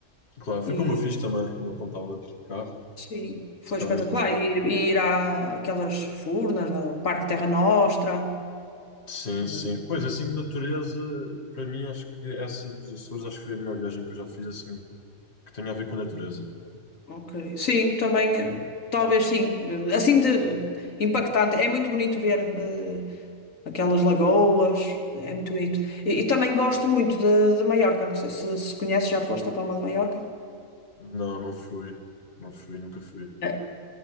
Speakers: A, on the left; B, on the left.
A: Claro, foi
B: E
A: como eu fiz também, de uma ponta à outra de carro,
B: sim, foi
A: visitar
B: espetacular.
A: as lagoas.
B: E ir, e ir àquelas furnas, ao Parque Terra Nostra.
A: Sim,
B: eh,
A: sim. Pois, assim, de natureza, para mim, acho que essa dos Açores, acho que foi a melhor viagem que eu já fiz, assim, que tenha a ver com natureza.
B: Ok. Sim, também, eh, talvez sim. Eh, Assim de impactante. É muito bonito ver eh, aquelas lagoas. É muito bonito. E, e também gosto muito de, de Maiorca. Não sei se, se conheces, já foste à Palma de Maiorca.
A: Não, não fui. Não fui, nunca fui.
B: Eh,